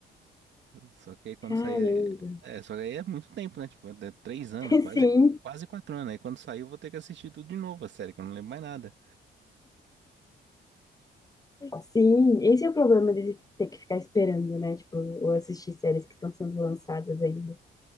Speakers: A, on the right; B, on the left.
A: Só que aí quando
B: Caramba.
A: sair. É, só que aí é muito tempo, né? Tipo, é três anos,
B: <laughs>
A: quase,
B: Sim,
A: quase quatro anos. Aí quando sair eu vou ter que assistir tudo de novo a série, que eu não lembro mais nada.
B: sim. Esse é o problema de ter que ficar esperando, né? Tipo, ou assistir séries que estão sendo lançadas ainda.